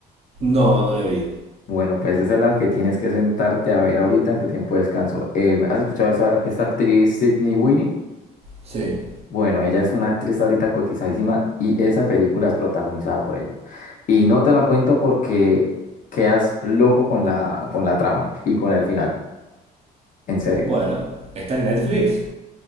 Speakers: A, on the right; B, on the left.
A: No, no la vi.
B: Bueno, pues esa es la que tienes que sentarte a ver ahorita en tu tiempo de descanso. Eh, ¿has escuchado esa, esta actriz Sydney Sweeney?
A: Sí.
B: Bueno, ella es una actriz ahorita cotizadísima y esa película es protagonizada por ella. Y no te la cuento porque quedas loco con la, con la trama y con el final, en serio.
A: Bueno, está en Netflix.